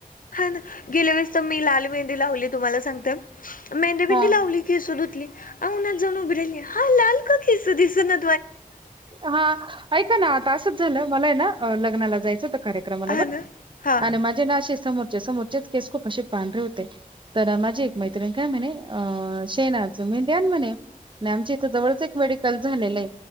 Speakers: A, on the left (about 70°); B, on the right (about 35°).
A: हा ना गेल्या वेळेस तर मी लाल मेहंदी लावली तुम्हाला सांगते मेंदेबिंंदी
B: हा
A: लावली खिसोधुतली अहन जाऊन उभ राहिल हा लाल ककीस दिस ना
B: हा ऐका ना आता असंच झालं मला आहे ना लग्नाला जायचं कार्र ब
A: हां ना, हां
B: माे ना समोर सो खू असे पांढर होते तर माझी एक मैत्रिण काय म्हणे अ शेनाज मी द्याल म्हणे नाही आमच्या इथं जवळच एक मेडिकल झालेलंय.